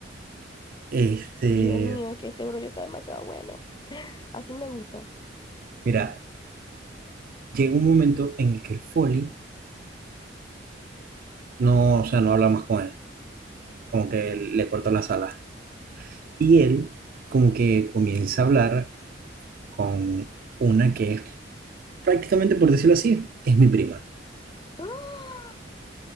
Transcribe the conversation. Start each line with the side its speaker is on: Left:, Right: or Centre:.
Right: Este,
Left: Dios mío, es que este brollo está demasiado bueno. <laughs> Así me gusta.
Right: mira, llega un momento en el que el Folly no, o sea, no habla más con él, como que le cortó las alas. Y él como que comienza a hablar con una que es prácticamente, por decirlo así, es mi prima.
Left: <gasps>